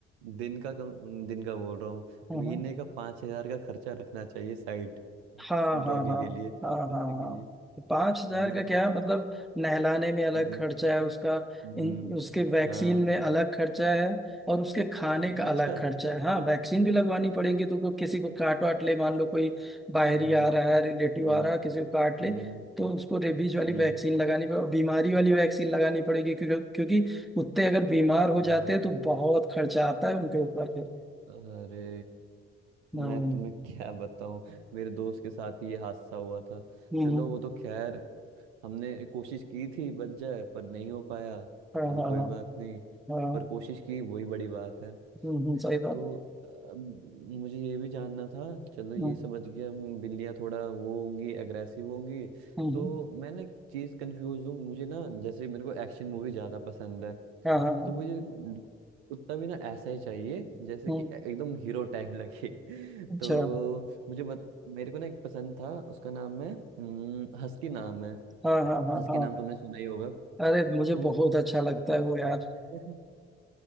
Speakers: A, on the right (about 90°); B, in the centre.
A: दिन का कम, दिन का बोल रहा हूँ
B: हाँ
A: महीने का पांच हजार का खर्चा रखना चाहिए साइड
B: हाँ हाँ
A: डॉगी
B: हाँ
A: के लिए कुत्ते
B: हाँ हाँ
A: के
B: हाँ
A: लिए
B: पांच हजार
A: है ना
B: का क्या मतलब नहलाने में अलग
A: हम्म
B: खर्चा है उसका
A: हम्म,
B: इन उसके वैक्सीन
A: हाँ
B: में अलग खर्चा है और उसके खाने का
A: अच्छा
B: अलग खर्चा है हाँ
A: <laughs>
B: वैक्सीन भी लगवानी पड़ेगी तो को, किसी को काट वाट ले मान लो कोई बाहरी
A: हम्म
B: आ रहा है रिलेटिव
A: हम्म
B: आ रहा है किसी को काट ले
A: हम्म
B: तो उसको रेबीज वाली
A: हम्म,
B: वैक्सीन लगानी पड़ेगी बीमारी वाली वैक्सीन लगानी पड़ेगी क्योंकि क्योंकि कुत्ते अगर बीमार हो
A: हाँ
B: जाते हैं तो बहुत खर्चा आता है उनके ऊपर फिर
A: अरे
B: हम्म
A: मैं तुम्हें क्या बताऊं मेरे दोस्त के साथ ही ये हादसा हुआ था
B: हम्म,
A: चलो वो तो खैर हमने कोशिश की थी बच जाए पर नहीं हो पाया
B: हाँ
A: चलो
B: हाँ
A: कोई
B: हाँ
A: बात नहीं
B: हाँ
A: पर कोशिश की वही बड़ी बात है
B: हम्म हम्म, सही बात
A: तो अब मुझे ये भी जानना था चलो ये
B: हम्म,
A: समझ गया हम बिल्लियाँ थोड़ा वो होंगी एग्रेसिव होंगी
B: हम्म,
A: तो मैं ना एक चीज़ कंफ्यूज हूँ मुझे ना जैसे मेरे को एक्शन मूवी ज़्यादा पसंद है
B: हाँ हाँ हाँ
A: तो मुझे कुत्ता भी ना ऐसा ही चाहिए जैसे
B: हम्म,
A: कि एकदम हीरो टाइप लगे <laughs>
B: अच्छा
A: तो मुझे बत, मेरे को ना एक पसंद था उसका नाम है हस्की नाम है
B: हाँ हाँ हाँ
A: हस्की
B: हाँ
A: नाम तुमने सुना ही होगा
B: अरे मुझे
A: तो
B: बहुत अच्छा लगता है वो यार
A: <laughs>